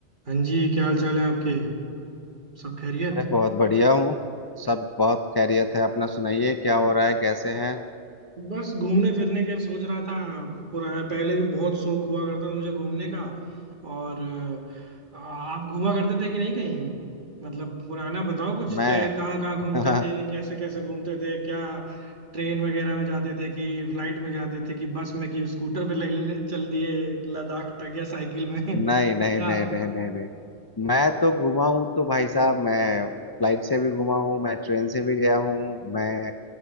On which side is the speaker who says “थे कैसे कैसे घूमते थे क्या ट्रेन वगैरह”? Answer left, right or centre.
Right